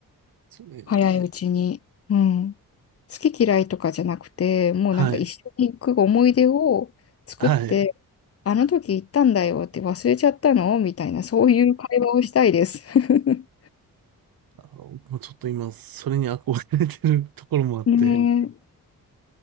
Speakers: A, on the right; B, on the left.
A: そうね。
B: 早いうちに。うん。好き嫌いとかじゃなくて、もうなんか一緒に行く思い出を作って、
A: はい。はい。
B: あの時行ったんだよって忘れちゃったのみたいな、そういう会話をしたいです。<laughs>
A: あの、もうちょっと今、それに憧れてるところもあって、
B: ねえ、